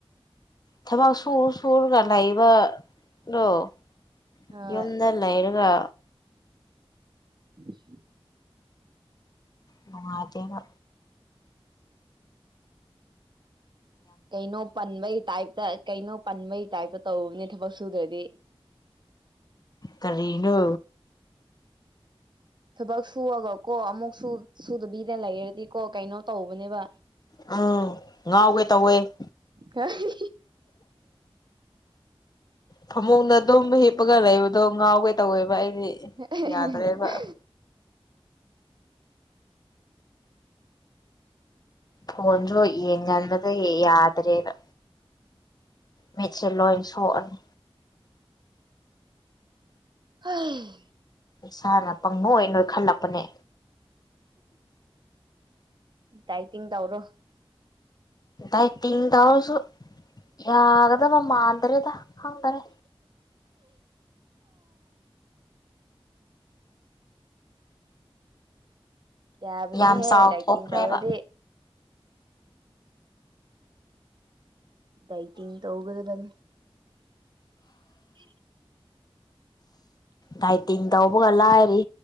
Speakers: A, on the left (about 40°); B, on the right (about 50°).
A: ꯊꯕꯛ ꯁꯨꯔ ꯁꯨꯔꯒꯥ ꯂꯩꯕ ꯗꫭ
B: ꯍꯣꯏ
A: ꯌꯨꯝꯗ ꯂꯩꯔꯒ
B: <inaudible>
A: ꯅꯨꯉꯥꯏꯇꯦꯅ
B: ꯀꯩꯅꯣ ꯄꯟꯕꯩ ꯇꯥꯏꯞꯇ ꯀꯩꯅꯣ ꯄꯟꯕꯩ ꯇꯥꯏꯞꯇ ꯇꯧꯕꯅꯦ ꯊꯕꯛ ꯁꯨꯗ꯭ꯔꯗꯤ
A: ꯀꯔꯤꯅꯣ
B: ꯊꯕꯛ ꯁꯨꯨꯔꯒ ꯀꯣ ꯑꯃꯨꯛꯁꯨ ꯁꯨꯗꯕꯤꯗꯅ ꯂꯩꯔꯗꯤꯀꯣ ꯀꯩꯅꯣ ꯇꯧꯕꯅꯦꯕ
A: ꯎꯝ ꯉꯥꯎꯒꯦ ꯇꯧꯋꯦ
B: ꯀꯔꯤ
A: ꯐꯃꯨꯡꯗ ꯑꯗꯨꯝ ꯍꯤꯞꯄꯒ ꯂꯩꯕꯗꯣ ꯉꯥꯎꯒꯦ ꯇꯧꯋꯦꯕ ꯑꯩꯗꯤ
B: <unintelligible>
A: ꯌꯥꯗ꯭ꯔꯦꯕ ꯐꫭꯟꯖꯨ ꯌꯦꯡꯃꯟꯕꯗꯒꯤ ꯌꯥꯗ꯭ꯔꯦꯕ ꯃꯠꯁꯦ ꯂꯣꯏ ꯁꯣꯛꯑꯅꯤ
B: ꯍꯩ
A: ꯏꯁꯥꯅ ꯄꯪꯅꯣꯏ ꯅꯣꯏ ꯈꯠꯂꯛꯄꯅꯦ
B: ꯗꯥꯏꯇꯤꯡ ꯇꯧꯔꯣ
A: ꯗꯥꯏꯇꯤꯡ ꯇꯥꯎꯔꯁꯨ ꯌꯥꯒꯗꯕ ꯃꯥꯗ꯭ꯔꯦꯗ ꯈꯪꯗꯔꯦ
B: ꯌꯥꯕꯅꯤꯍꯦ
A: ꯌꯥꯝ ꯆꯥꯎꯊꯣꯛꯈ꯭ꯔꯦꯕ
B: ꯗꯥꯏꯇꯤꯡ ꯇꯧꯔꯗꯤ ꯗꯥꯏꯇꯤꯡ ꯇꯧꯕꯗ ꯅꯪ <inaudible>
A: ꯗꯥꯏꯇꯤꯡ ꯇꯧꯕꯒ ꯂꯥꯏꯔꯤ